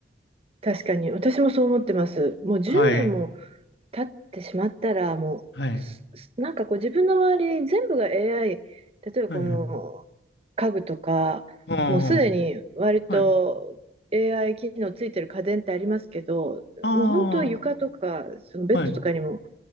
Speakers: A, on the right (about 30°); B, on the left (about 65°).
A: 確かに。私もそう思ってます。もう10年も
B: はい。
A: 経ってしまったら、もう、
B: はい。
A: すすなんかこう自分の周り全部が AI、例えばこの
B: はいはい。
A: 家具とか、
B: あ
A: もうすでに割と
B: あ、はい。
A: AI 機能ついてる家電ってありますけど、
B: あ
A: もう本当床とか、
B: あ、
A: そのベッドとかにも
B: はい。